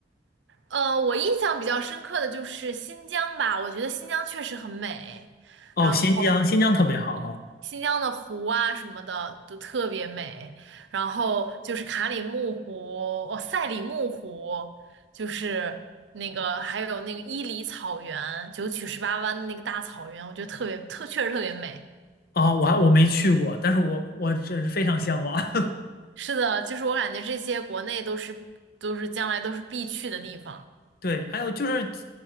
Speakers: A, on the right; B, on the left.
A: 呃，我印象比较深刻的就是新疆吧，我觉得新疆确实很美，
B: 哦，
A: 然后。
B: 新疆，新疆特别好啊。
A: 新疆的湖啊什么的都特别美，然后就是卡里木湖，哦，赛里木湖，就是那个还有那个伊犁草原，九曲十八弯的那个大草原，我觉得特别特确实特别美。
B: 哦，我还我没去过，但是我我真是非常向往。<laughs>
A: 是的，就是我感觉这些国内都是都是将来都是必去的地方。
B: 对，还有就是，